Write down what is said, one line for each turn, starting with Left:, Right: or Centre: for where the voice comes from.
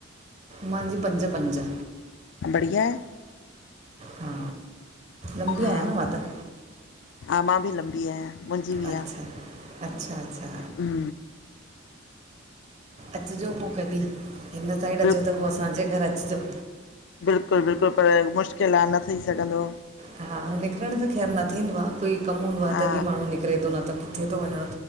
Right: महंजी जी पंॼ पंॼ।
Left: बढ़िया आहे।
Right: हा, लंबी
Left: हा,
Right: आयां न मां त।
Left: हा मां बि लंबी आहियां मुंहिंजी बि
Right: अच्छा
Left: आ,
Right: अच्छा अच्छा
Left: हु
Right: अचिजो पोइ कॾहिं हिन साइड
Left: बिल्क
Right: अचो त पोइ असांजे घर अचिजो।
Left: बिल्कुलु, बिल्कुलु पर मुश्किल आह न थी सघंदो।
Right: हा, निकिरण त ख़ैर न थींदो आह, कोई कमु हूंदो आह,
Left: हा,
Right: तॾहिं माण्हू निकिरे थो न त किथे थो वञणु